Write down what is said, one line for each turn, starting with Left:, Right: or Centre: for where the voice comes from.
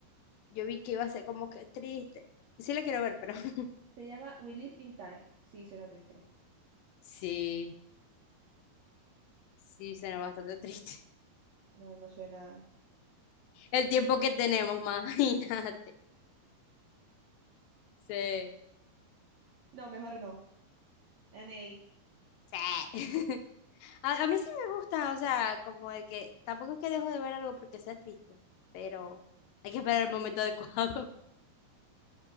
Left: Yo vi que iba a ser como que triste. Sí la quiero ver, pero <laughs>
Right: Se llama We Live in Time. Sí, suena triste.
Left: sí, sí, suena bastante triste.
Right: No, no suena.
Left: <laughs> El tiempo que tenemos, <laughs> imagínate. Sí.
Right: No, mejor no. Nanei.
Left: Sí. <laughs> A, a mí sí me gusta, o sea, como de que tampoco es que dejo de ver algo porque sea triste, pero hay que esperar el momento adecuado. <laughs>